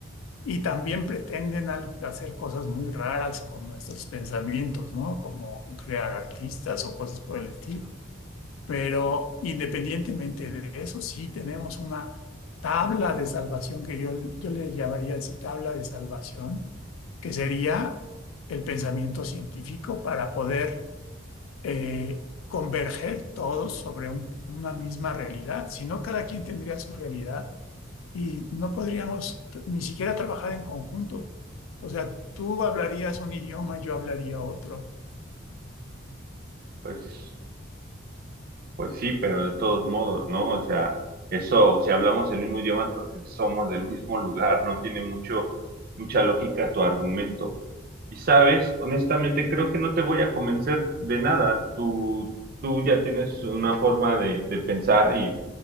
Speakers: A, on the left (about 85°); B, on the right (about 50°).
A: Y también pretenden al- hacer cosas muy raras con nuestros pensamientos, ¿no? Como crear artistas o cosas por el estilo. Pero independientemente de eso, sí tenemos una tabla de salvación que yo, yo le llamaría así tabla de salvación, que sería el pensamiento científico para poder eh, converger todos sobre un- una misma realidad. Si no, cada quien tendría su realidad y no podríamos t- ni siquiera trabajar en conjunto. O sea, tú hablarías un idioma, yo hablaría otro.
B: Pues, pues sí, pero de todos modos, ¿no? O sea, eso, si hablamos el mismo idioma es porque somos del mismo lugar, no tiene mucho, mucha lógica tu argumento. Y sabes, honestamente, creo que no te voy a convencer de nada. Tú, tú ya tienes una forma de, de pensar y